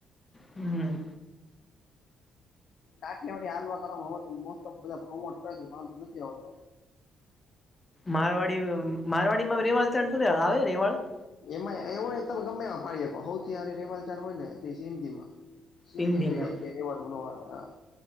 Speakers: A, on the left (about 20°); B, on the left (about 65°).
A: હમમ.
B: કાઠીયાવાડી હાલમાં કરવામાં હો તો મોસ્ટ તો બધા પ્રોમોટ કરે છે વાંધો નથી આવતો.
A: મારવાડી
B: કાઠિયાવાડી
A: મારવાડીમાં રેવાડ છે. શું આવે રેવાડ?
B: એમાં એવું હોય તમે ગમે પાડી હકો થી રેવાલચાર હોય ને તો એ સિંધી માં સિંધી
A: સિંધીમાં
B: જેવી એકે રેવલ ન આવે હા.